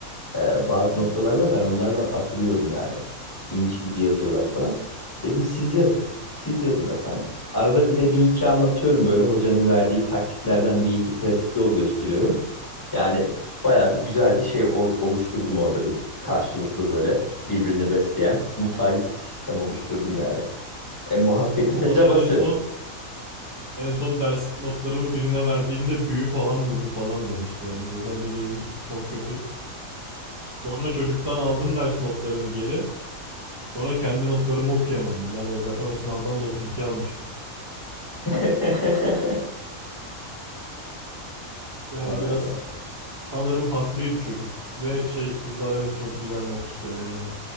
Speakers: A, on the left; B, on the right.
A: E, bazı noktalarda ben onlardan afırıyorum yani. İnci gibi yazıyorlar falan. Dedim siz yazın. Siz yazın efendim. Arada bir de bir iki anlatıyorum böyle hocanın verdiği taktiklerden bir iki pratik yol gösteriyorum. Yani bayağı bir güzel bir şey o- oluşturdum orada bir karşılıklı böyle birbirini besleyen mutualist bir sistem oluşturdum yani. E, muhabbeti
B: Valla
A: de cabası.
B: ben en son en son ders notlarımı birine verdiğimde büyü falan mı bu falan demişti yani. Zaten benim yazım çok kötü. Sonra çocuktan aldım ders notlarını geri. Sonra kendi notlarımı okuyamadım. Birader zaten o sınavdan da 32 almıştım.
A: <laughs>
B: Yani
A: Vay
B: biraz
A: ya.
B: sanırım haklıydı çocuk. Ve şey kızlar evet çok güzel not tutuyor yani.